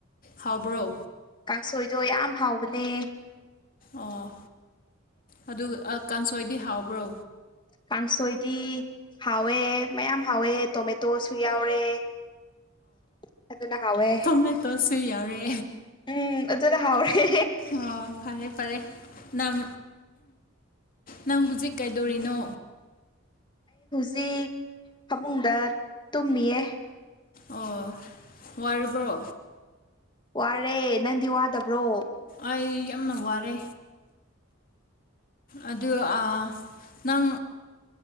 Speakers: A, on the left (about 45°); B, on the left (about 25°).
A: ꯍꯥꯎꯕ꯭ꯔꯣ
B: ꯀꯥꯡꯁꯣꯏꯗꯣ ꯌꯥꯝ ꯍꯥꯎꯕꯅꯦ
A: ꯑꯣ ꯑꯗꯨꯒ ꯀꯥꯡꯁꯣꯏꯗꯤ ꯍꯥꯎꯕ꯭ꯔꯣ
B: ꯀꯥꯡꯁꯣꯏꯗꯤ ꯍꯥꯎꯋꯦ ꯃꯌꯥꯝ ꯍꯥꯎꯋꯦ ꯇꯣꯃꯦꯇꯣꯁꯨ ꯌꯥꯎꯔꯦ <inaudible> ꯍꯥꯎꯋꯦ
A: ꯊꯣꯃꯦ ꯇꯣꯠꯁꯨ ꯌꯥꯎꯔꯦ
B: ꯎꯝ ꯑꯗꯨꯆꯗ ꯍꯥꯎꯔꯦ
A: ꯑꯣ ꯐꯔꯦ ꯐꯔꯦ ꯅꯪ ꯅꯪ ꯍꯧꯖꯤꯛ ꯀꯩꯗꯣꯔꯤꯅꯣ
B: ꯏꯛ ꯐꯃꯨꯡꯗ ꯇꯨꯝꯃꯤꯌꯦ
A: ꯑꯣ ꯋꯥꯔꯤꯕ꯭ꯔꯣ
B: ꯋꯥꯔꯦ ꯅꯪꯗꯤ ꯋꯥꯗꯕ꯭ꯔꯣ
A: ꯑꯩ ꯋꯥꯔꯦ ꯑꯗꯨ ꯑ ꯅꯪ